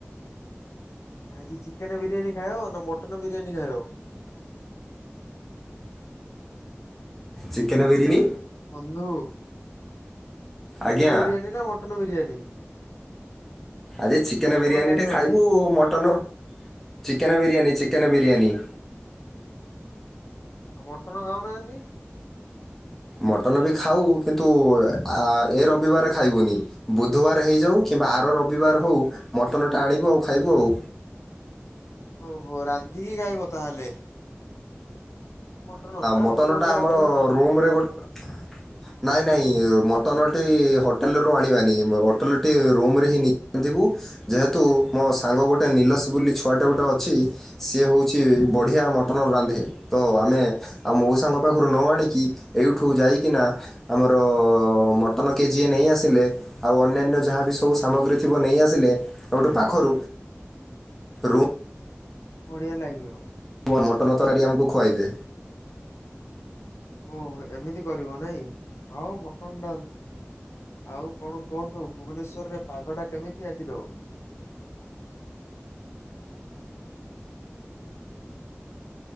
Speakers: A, on the left; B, in the centre.
A: ଆଜି ଚିକେନ ବିରିୟାନୀ ଖାଇବ ନା ମଟନ ବିରିୟାନୀ ଖାଇବ?
B: ଚିକେନ ବିରିୟାନୀ।
A: ବନ୍ଧୁ ଚିକେନ
B: ଆଜ୍ଞା
A: ବିରିୟାନୀ ନା ମଟନ୍ ବିରିୟାନୀ?
B: ଆଜି ଚିକେନ
A: କଣ
B: ବିରିୟାନୀ
A: ଖାଇବ
B: ଟେ ଖାଇବୁ
A: ଆଜି?
B: mutton chicken biryani chicken biryani.
A: ଆଉ ମଟନ ଖାଉନାହାନ୍ତି?
B: ମଟନ ବି ଖାଉ କିନ୍ତୁ ଏ ଆ ରବିବାର ଖାଇବୁନି। ବୁଧବାର ହେଇଯାଉ କିମ୍ବା ଆର ରବିବାର ହୋଉ ମଟନ ଟା ଆଣିବୁ ଆଉ ଖାଇବୁ ଆଉ।
A: ଓହୋ ରାନ୍ଧିକି ଖାଇବ ତାହେଲେ---! ମଟନ ନା
B: ମଟନଟା
A: ସେ ମଉସା ପାଖରୁ
B: ଆମର
A: ବି ଖାଇଦବ।
B: ରୁମରେ ଗୋଟେ ନାଇଁ ନାଇଁ ମଟନ ଟି ହୋଟେଲୁ ଆଣିବାନି ହୋଟେଲଟି ରୁମ୍ ରେ ହିଁ ନେଇଥିବୁ। ଯେହେତୁ ମୋ ସାଙ୍ଗ ଗୋଟେ ନିଲସ ବୋଲି ଛୁଆଟା ଗୋଟେ ଅଛି। ସିଏ ହେଉଛି ବଢ଼ିଆ ମଟନ ରାନ୍ଧେ। ତ ଆମେ ଆଉ ମଉସାଙ୍କ ପାଖରୁ ନ ଆଣିକି ଏଇଠୁ ଯାଇକିନା ଆମର ମଟନ କେଜି ଏ ନେଇ ଆସିଲେ, ଆଉ ଅନ୍ୟାନ୍ୟ ଯାହାବି ସବୁ ସାମଗ୍ରୀ ଥିବ ନେଇଆସିଲେ ସବୁଠୁ ପାଖରୁ, ରୁମ
A: ବଢିଆ ଲାଗିବ।
B: ପୁଅ ମଟନ ତରାଡି ଆମକୁ ଖୁଆଇବେ।
A: ଓହୋ ଏମିତି କରିବ ନାଇଁ ଆଉ ମଟନ ଟା। ଆଉ କଣ କୁହନ୍ତୁ ଭୁବନେଶ୍ଵରରେ ପାଗ ଟା କେମିତି ଆଜିର।